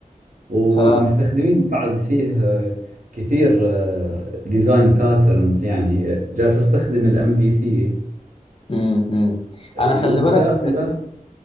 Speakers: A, on the right; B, on the left.
A: ومستخدمين
B: ف
A: بعد فيه آه، كثير ديزاين باترنز يعني آه، جالس استخدم الام في سي
B: امم امم
A: اي
B: انا خلي
A: وداخله
B: بالك